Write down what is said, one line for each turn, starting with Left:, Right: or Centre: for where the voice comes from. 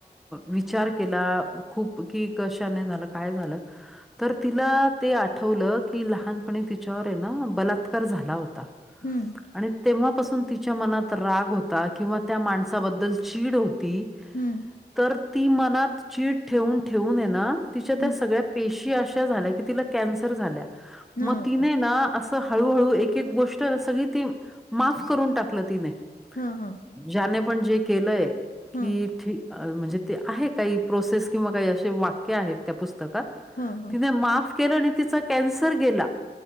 Centre: विचार केला खूप की कशाने झालं काय झालं <unintelligible> तर तिला ते आठवलं की लहानपणी तिच्यावर आहे ना बलात्कार झाला होता <unintelligible> आता
Left: हं,
Centre: <unintelligible> आणि तेव्हापासून तिच्या मनात राग होता किंवा त्या माणसाबद्दल चीड होती <unintelligible>
Left: हम्म <unintelligible>
Centre: तर ती मनात चचीड ठेवून ठेवून ये ना तिच्या त्या
Left: हं,
Centre: सगळ्या पेशी अशा झाल्या की ति कॅन्सर झाल्या
Left: हो
Centre: मग तिने
Left: का?
Centre: ना हळूहळू <unintelligible> एक एक गोष्ट सगळी ती माफ करून टाकलं तिने <unintelligible>
Left: हम हम
Centre: ज्याने पण जे केलंय
Left: हं,
Centre: की ठी <unintelligible> म्हणजे ते आहे काही प्रोसेस किंवा काही असे वाक्य आहेत त्या पुस्तकात <unintelligible>
Left: हं, हं,
Centre: तिने माफ केलं आणि तिचा कॅन्सर गेला <unintelligible>